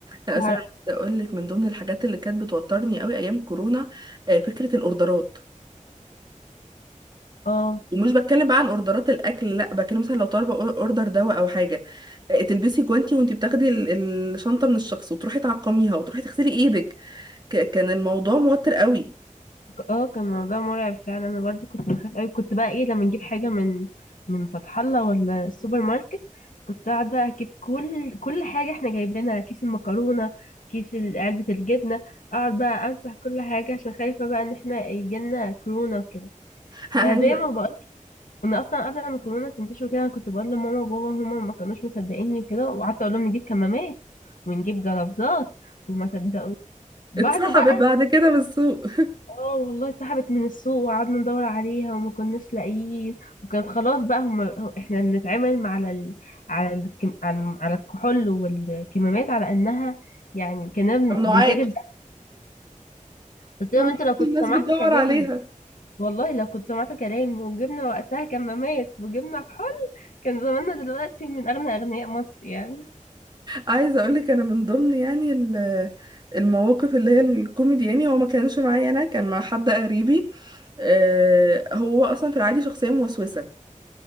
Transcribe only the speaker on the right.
لا
بس أنا عايزة أقولك من ضمن الحاجات اللي كانت بتوترني قوي أيام كورونا آه، فكرة الأوردرات
ومش بتكلم بقى عن اوردرات الاكل لا بتكلم مثلا لو طالبه اور- اوردر دواء او حاجه آه، تلبسي جوانتي وانتي بتاخدي ال- الشنطه من الشخص وتروحي تعقميها وتروحي تغسلي ايدك ك- كان الموضوع موتر قوي
<laughs> عايزة-
اتسحبت
بعد كده من السوق <laughs>
ممنوعات
ممنوعات
الناس
بتدور
عليها
عايزه اقول لك انا من ضمن يعني ال- المواقف اللي هي الكوميدي يعني هو ما كانش معايا انا كان مع حد قريبي آه، هو اصلا في العادي شخصيه موسوسه